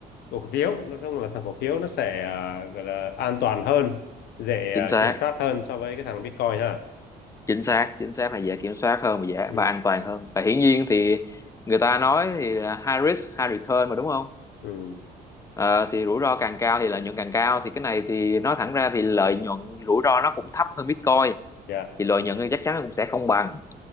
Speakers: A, on the left; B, on the left.
A: cổ phiếu nói chung là thằng cổ phiếu nó sẽ à, gọi là an toàn hơn dễ
B: chính
A: à,
B: xác
A: kiểm soát hơn so với cái thằng Bitcoin ha
B: chính xác chính xác là dễ kiểm soát hơn và dễ
A: ừ
B: và an toàn hơn và hiển nhiên thì người ta nói thì là high risk high return mà đúng không
A: ừ
B: Ờ, thì rủi ro càng cao thì lợi nhuận càng cao thì cái này thì nói thẳng ra thì lợi nhuận rủi ro nó cũng thấp hơn Bitcoin
A: dạ
B: thì lợi nhuận thì chắc chắn nó cũng sẽ không bằng